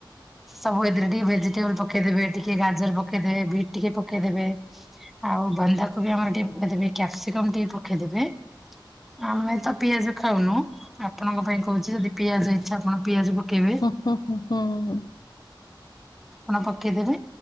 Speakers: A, in the centre; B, on the left (about 55°).
A: ସବୁ ଏଥିରେ ଟିକେ ଭେଜିଟେବଲ ପକେଇଦବେ ଟିକେ ଗାଜର ପକେଇଦେବେ ବିଟ ଟିକେ ପକେଇଦେବେ ଆଉ ବନ୍ଧାକୁ କୋବି ଆମର ଟିକେ ପକେଇଦେବେ କ୍ୟାପସିକମ୍ ଟିକେ ପକେଇଦେବେ। ଆମେ ତ ପିଆଜ ଖାଉନୁ ଆପଣଙ୍କ ପାଇଁ କହୁଚି ଯଦି ପିଆଜ ଇଚ୍ଛା ଆପଣ ପିଆଜ ପକେଇବେ।
B: ହୁଁ ହୁଁ ହୁଁ ହୁଁ।
A: ଆପଣ ପକେଇଦେବେ